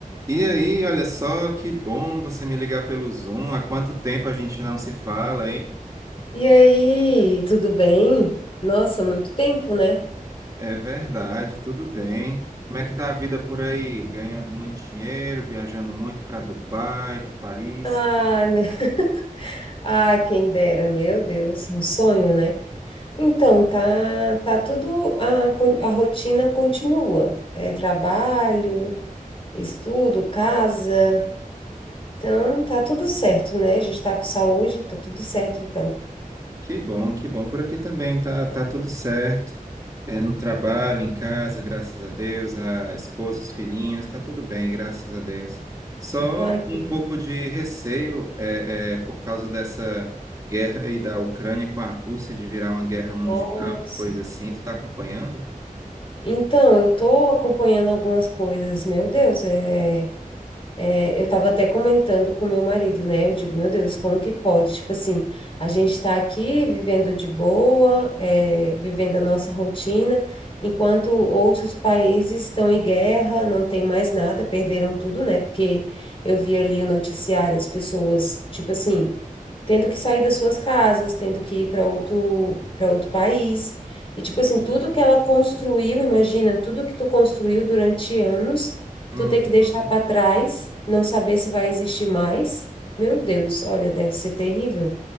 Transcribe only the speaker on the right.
E aí, olha só, que bom você me ligar pelo Zoom. Há quanto tempo a gente não se fala, hein?
É verdade, tudo bem. Como é que tá a vida por aí? Ganhando muito dinheiro, viajando muito para Dubai, para Paris.
Que bom, que bom. Por aqui também tá, tá tudo certo. É, no trabalho, em casa, graças a Deus, a esposa, os filhinhos, está tudo bem, graças a Deus. Só
um pouco de receio é, é, por causa dessa guerra aí da Ucrânia com a Rússia de virar uma guerra mundial,
coisa assim. Tu está acompanhando?
Sim.
Uhum.